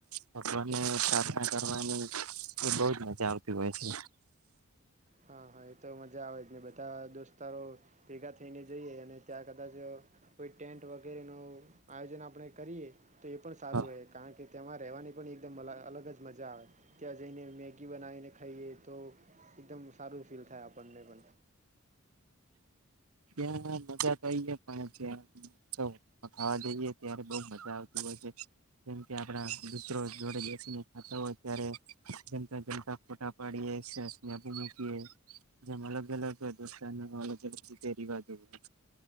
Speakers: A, on the right; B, on the right.
A: ભગવાન પ્રાર્થના કરવાની એ બહજ મજા આવતી હોય છે
B: હા હા એ તો મજા આવે ને બધા દોસ્તારો ભેગા થઈને જઈએ અને ત્યાં કદાચ કોઈ ટેન્ટ વગેરે ન આયોજન આપણે કરીએ તો એ પણ સારું
A: બરોબર
B: રહે કારણ કે તેમાં રહેવાની પણ એકદમ અલગ જ મજા આવે ત્યાં જઈને મેગી બનાવીને ખાઈએ તો એકદમ સારું ફીલ થાય આપણને પણ
A: ત્યા મજા તોએ પણ ખાવા જઈએ ત્યારે બ મજા આવતી હોય છે જેમ કે આપડા દરો જોડે બેસીને ખાતા હોય ત્યારે જમતા જમતા ફોટા પાડીએ મકી જેમ અલગ અલગ અગલગ રવાજો હોય